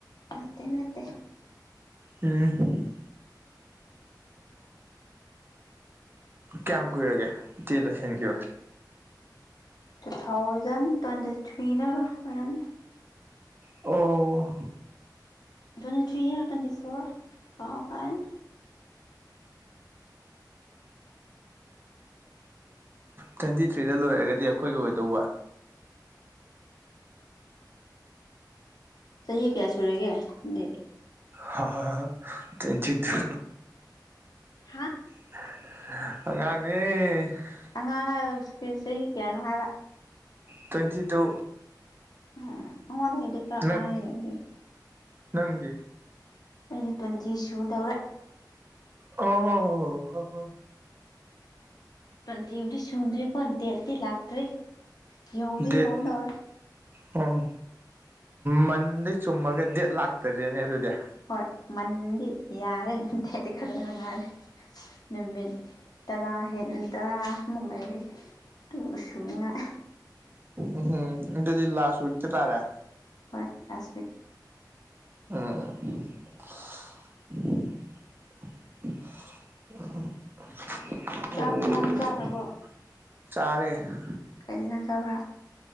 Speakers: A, on the left (about 60°); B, on the right (about 30°).
A: ꯅꯠꯇꯦ ꯅꯠꯇꯦ
B: ꯎꯝ ꯀꯌꯥꯝ ꯀꯨꯏꯔꯒꯦ ꯇꯦꯜ ꯂꯣꯢꯁꯤꯟꯈꯤꯕ
A: ꯇꯨ ꯊꯥꯎꯖꯟ ꯇ꯭ꯋꯦꯟꯇꯤ ꯊ꯭ꯔꯤꯗ ꯑꯣꯏꯔꯝꯅꯤ
B: ꯑꯣ
A: ꯇ꯭ꯋꯦꯟꯇꯤ ꯊ꯭ꯔꯤ ꯇ꯭ꯋꯦꯟꯇꯤ ꯐꯣꯔ ꯀꯥꯎꯈ꯭ꯔꯦꯅꯦ
B: ꯇ꯭ꯋꯦꯟꯇꯤ ꯊ꯭ꯔꯤꯗ ꯂꯣꯏꯔꯒꯗꯤ ꯑꯩꯈꯣꯏꯒꯤ ꯑꯣꯏꯗꯧꯕ
A: ꯆꯍꯤ ꯀꯌꯥ ꯁꯨꯔꯒꯦ ꯅꯪꯗꯤ
B: ꯍꯥ ꯍꯥ ꯇ꯭ꯋꯦꯟꯇꯤ ꯇꯨ
A: ꯍꯥꯥ
B: ꯑꯉꯥꯡꯅꯦ
A: ꯑꯉꯥꯡ ꯍꯥꯏꯕꯁꯤ ꯆꯍꯤ ꯀꯌꯥꯅꯣ ꯍꯥꯏꯕ
B: ꯇ꯭ꯋꯦꯟꯇꯤ ꯇꯨ
A: ꯎꯝ ꯑꯩꯉꯣꯡꯗꯒꯤ ꯍꯦꯟꯂꯤꯅꯦ
B: ꯅꯪ
A: ꯑꯍꯥꯟꯅꯦ ꯑꯗꯨꯗꯤ
B: ꯅꯪꯗꯤ
A: ꯑꯩꯗꯤ ꯇ꯭ꯋꯦꯟꯇꯤ ꯁꯨꯗꯧꯔꯦ
B: ꯑꯣ
A: ꯇꯨꯋꯦꯟꯗꯤꯕꯨꯗꯤ ꯁꯨꯗ꯭ꯦꯀꯣ ꯗꯦꯠ ꯂꯥꯛꯇ꯭ꯔꯦ ꯌꯥꯎꯗꯤ
B: ꯗꯦꯠ
A: ꯌꯧꯗꯧꯔꯦ
B: ꯑꯣ ꯃꯟꯗꯩ ꯆꯨꯝꯃꯒ ꯗꯦꯠ ꯂꯥꯛꯇꯔꯤꯅꯦ ꯑꯗꯨꯗꯤ
A: ꯍꯣꯏ ꯃꯟꯗꯤ ꯌꯥꯔꯦ ꯗꯦꯠ ꯈꯔꯗ ꯉꯥꯏꯔꯦ ꯅꯨꯃꯤꯠ ꯇꯔꯥ ꯇꯔꯥꯃꯨꯛ ꯂꯩꯥꯏꯔꯤ ꯑꯗꯨꯒ ꯁꯨꯅꯤꯡꯉꯥꯢ
B: ꯎꯝꯍꯨꯝ ꯑꯗꯨꯗꯤ ꯂꯥꯁ ꯋꯤꯛꯇ ꯇꯥꯔꯦ
A: ꯍꯣꯏ ꯂꯥꯁ ꯋꯤꯛ
B: <unintelligible> <unintelligible> <unintelligible>
A: ꯆꯥꯛ ꯏꯟꯖꯥꯡ ꯆꯥꯔꯕꯣ ꯀꯩ ꯏꯟꯖꯥꯡ‌ ꯆꯥꯕꯔ